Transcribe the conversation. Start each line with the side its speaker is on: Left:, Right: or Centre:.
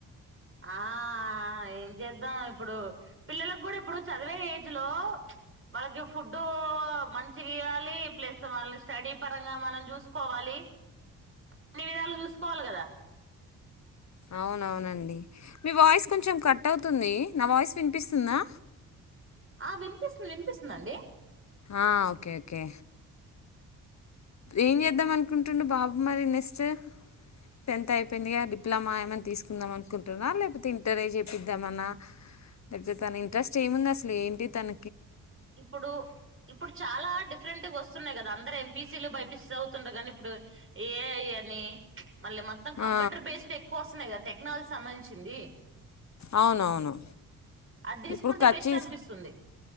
Right: ఆ ఏం చేద్దాం ఇప్పుడు పిల్లలలకు కూడా ఇప్పుడు చదివే ఏజ్లో వాళ్ళకి ఫుడ్ మంచిగా ఇవ్వాలి ప్లస్ వాళ్ళని స్టడీ పరంగా మనం చూసుకోవాలి అన్ని విధాలు చూసుకోవాలి కదా
Left: అవునవునండి మీ వాయిస్ కొంచెం కట్ అవుతుంది నా వాయిస్ వినిపిస్తుందా
Right: ఆ వినిపిస్తుంది వినిపిస్తుందిండి
Left: ఆ ఓకే ఓకే ఏం చేద్దాం అనుకుంటుండు బాబు మరి నెక్స్ట్ టెన్త్ అయిపోయిందిగా విప్లమా ఏమని తీసుందాం కుంటున్నా లేకపోతే ఇంటర్ చెపిద్దామన్నా లేకపోతే తన ఇంట్రెస్ట్ ఏముంది అసలు ఏంటి తన
Right: ఇప్పుడు ఇప్పుడు చాలా డిఫరెంట్గా వస్తున్నాయి కదా అందరు ఎం పిసీలు బైపిసి సవుతుండ కానీ ఇప్పుడు ఏ అన్ని మళ్ళ మొత్తం కంప్యూటర్
Left: ఆ
Right: బేస్డ్ ఎక్కువ వస్తుయి కదా టే మల్ సంబంధించింది
Left: అవునవును
Right: అది తీసుకుంటే
Left: ఇప్పుడు ఖచ్చి
Right: బెస్ట్ అనిపిస్తుంది